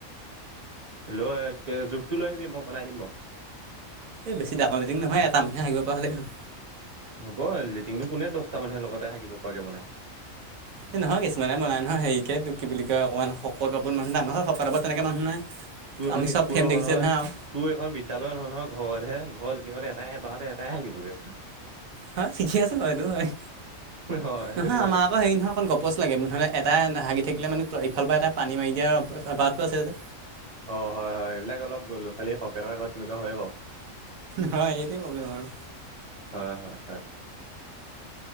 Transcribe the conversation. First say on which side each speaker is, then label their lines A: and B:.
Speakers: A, on the right (about 30°); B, on the right (about 85°).
A: লৈ এ জোখটো লৈ আহিবি মই বনাই দিম বাও
B: এই বেছি ডাঙৰ লেটিং নহয় এটা মানুহে হাগিব পৰা হলেই হল
A: হ'ব লেট্ৰিননো কোনে দহটা মানুহে লগতে হাগিব পৰাকে বনাই
B: এই নহয় কিছুমানে বনাই নহয় হেৰিকে তোক কি বুলি কয় অকণমান শকত আবত মানুহ নাই আমাৰ ঘৰত শকত আবত তেনেকে মানুহ নাই
A: তোৰ এখন
B: আমি চব
A: স্কুল
B: ফ্ৰেম
A: নহয়
B: দেখিছোঁ
A: নহয়
B: আৰু
A: তোৰ এখন বিদ্যালয় নহয় নহয় ঘৰতহে ঘৰৰ লেটিংত এটাহে এবাৰতে এটাহে হাগিবগে
B: হয় শিকি আছো বাৰু এইটো হয়
A: হয়
B: নহয়
A: সেইটো কাৰণে
B: আমাৰ আকৌ হেৰি নহয় অকণ গ প'চ লাগে নহ'লে এটা হাগি থাকিলে মানে ইফালৰ পৰা এটা পানী মাৰি দিয়াৰ স্বভাৱটো আছে যে
A: অ হয় হয় এইবিলাক অলপ গল লৰা ছোৱালী সৰকে থকা ঘত তেনেকোৱা হয়ে বাও
B: হয় এইটোৱে প্ৰব্লেম আৰু
A: হয় হয় হয়